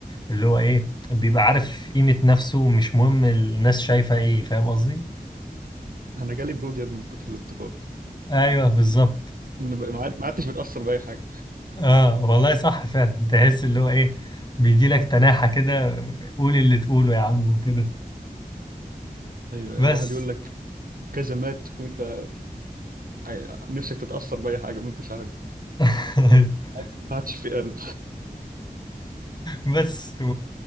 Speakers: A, on the left; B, on the right.
A: اللي هو إيه بيبقى عارف قيمة نفسه مش مهم الناس شايفة إيه فاهم قصدي؟
B: أنا جالي برود يا ابني من كتر الانتقاد
A: أيوه بالظبط
B: أنا بقى- ما عاد- ما عدتش بتأثر بأي حاجة
A: آه والله صح فعلا تحس اللي هو إيه بيجيلك تناحة كده قول اللي تقوله يا عم وكده
B: أيوة
A: بس
B: واحد يقول لك كذا مات وأنت عاي- نفسك تتأثر بأي حاجة ما أنتش عارف
A: <laughs>
B: ما عادش ما عادش في قلب
A: بس و...